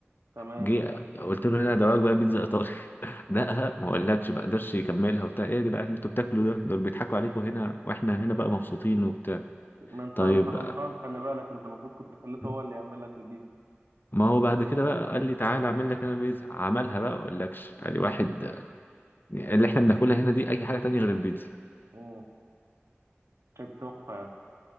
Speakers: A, on the right (about 80°); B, on the left (about 45°).
A: تمام
B: جه قلت له هنا دواك بقى بيتزا ايطالي <laughs> دقها ما اقولكش ما قدرش يكملها وبتاع ايه يا جدعان انتوا بتاكلوا ده دول بيضحكوا عليكم هنا واحنا هنا بقى مبسوطين وبتاع
A: ما انت
B: طيب
A: انت غلطان خلي بالك انت المفروض كنت خليته
B: آه،
A: هو اللي يعمل لك البيتزا
B: ما هو بعد
A: فهمت
B: كده بقى قال لي تعالى اعمل لك انا بيتزا عملها بقى اقول لكش قال لي واحد اللي احنا بناكلها هنا دي اي حاجه تانية غير البيتزا
A: امم كانت تحفه يعني